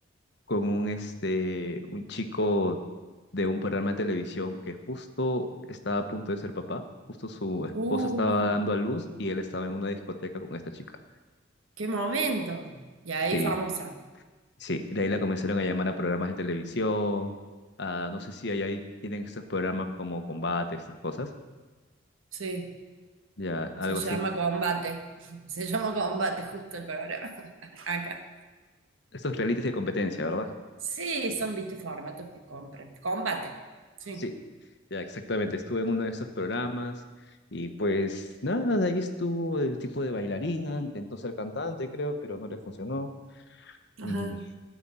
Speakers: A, on the left (about 55°); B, on the right (about 85°).
A: con un, este, un chico de un programa de televisión que justo estaba a punto de ser papá. Justo su esposa
B: Uh,
A: estaba dando a luz y él estaba en una discoteca con esta chica.
B: qué momento. Y ahí
A: Sí,
B: famosa.
A: sí. De ahí la comenzaron a llamar a programas de televisión. a- no sé si allá hay- tienen estos programas como combate, estas cosas.
B: Sí.
A: Ya, algo
B: Se llama
A: así.
B: combate, <laughs> se llama combate justo el programa <laughs> acá.
A: Estos realities de competencia, ¿verdad?
B: Sí, son, viste, formatos que compran. Combate, sí.
A: Sí, ya exactamente. Estuve en uno de esos programas y pues nada, de ahí estuvo el tipo de bailarina, intentó ser cantante, creo, pero no le funcionó y,
B: Ajá.